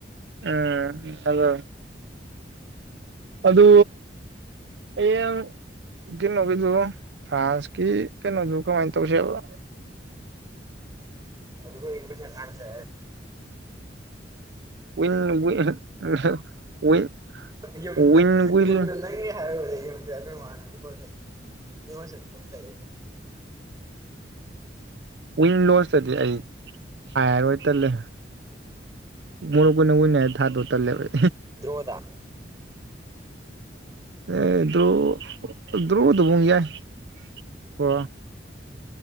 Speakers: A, on the right; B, on the right.
A: ꯎꯝ ꯑꯗꯣ ꯑꯗꯨ ꯍꯌꯦꯡ ꯀꯩꯅꯣꯒꯤꯗꯨ ꯐ꯭ꯔꯥꯟꯁꯀꯤ ꯀꯩꯅꯣꯗꯨ ꯀꯃꯥꯏꯅ ꯇꯧꯁꯦꯕ
B: ꯑꯗꯨꯒꯣ ꯏꯟ ꯄꯁ ꯀꯥꯟꯁꯦ
A: <unintelligible>
B: ꯌꯨꯝꯗ
A: ꯋꯤꯟ ꯋꯤꯟ
B: ꯌꯨꯝꯗ ꯅꯪꯉꯦ ꯍꯥꯏꯔꯕꯗ ꯌꯨꯝꯗ ꯑꯩꯈꯣꯏ ꯃꯥꯜꯂꯦꯣ ꯏꯕꯁ ꯑꯣ ꯂꯩ
A: ꯋꯤꯟ ꯂꯣꯁꯇꯗꯤ ꯑꯩ ꯍꯥꯏꯔꯔꯣꯏ ꯇꯜꯂꯦ ꯃꯨꯣꯏꯅ ꯍꯨ ꯅ ꯊꯥꯗ ꯎ ꯇꯔꯂꯦꯚ
B: ꯗ꯭ꯔꯣꯗ
A: ꯑꯦ ꯗ꯭ꯔꯨ ꯗ꯭ꯔꯨꯗꯕꯨꯡ ꯌꯥꯏ ꯀꯣ